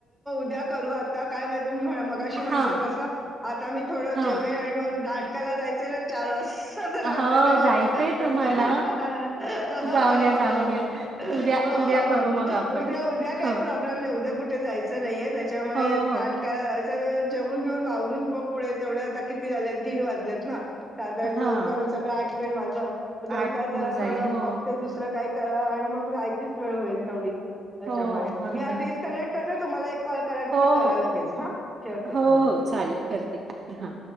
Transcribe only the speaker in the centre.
उद्या करू, आता काय माहित म-मगाशी
म्हटलं तसं, आता मी थोडं
जेवेन आणि मग जा त्याला जायचंय ना, चार वाज <unintelligible> लागत
केव्हाचं
असं हां ह्ह्हणं
हो
हो,
उद्या-उद्या काय
प्रॉब्लेम नाही, उद्या कुठे जायचं नाहीये त्याच्यामुळे
रा
काय झाय जेवून बिऊन आवररून, प-पुढे तेवढे, आता किती झाले?, दीड वाजलेत ना. साधारण
दोन पर्यंत सगळं आटपेल माझं, दोन
तास जरा
थोडं
बघते दुसरं काय थोड्यावेळान मग जायची सोय होईल, तेवडी. त्याच्यामुळे,
मी हा डिस्कनेक्ट
करते, तुम्हाला एक कॉल करायचा,
तर करा लगेच, हां ठेवते
हां.